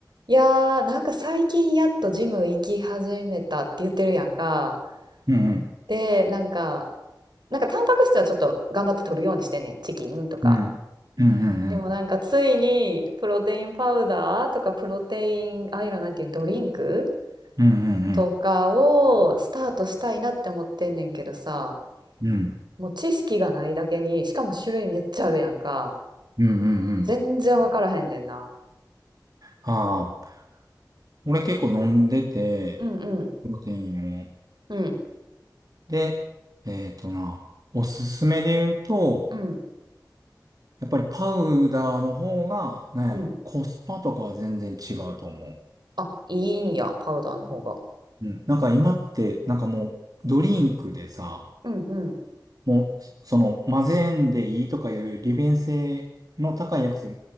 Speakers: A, on the right; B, on the right.
A: いやーなんか最近やっとジム行き始めたって言ってるやんか。
B: うんうん。
A: で、なんか、なんかタンパク質はちょっと頑張って取るようにしてんねん。チキンとか。
B: うん。うんうんうん。
A: でもなんかついにプロテインパウダーとかプロテイン、ああいうのなんていうのドリンク
B: うん
A: とかをスタートしたいなって思ってんねんけどさ、
B: うんうん。うん
A: もう知識がないだけに、しかも種類めっちゃあるやんか。
B: うんうんうんうんうんうんうんうんうんうん
A: 全然わからへんねんな。
B: ああ、俺結構飲んでて、
A: うんうん。
B: プロテインを。
A: うん
B: で、えっとな、おすすめで言うと、
A: うん
B: やっぱりパウダーの方が、なんやろ、
A: うん。
B: コスパとかは全然違うと思う。
A: あ、いいんや、パウダーの方が。
B: うん。なんか今って、なんかもう、ドリンクでさ、
A: うんうん。
B: もう、その、混ぜんでいいとかいう利便性の高いやつ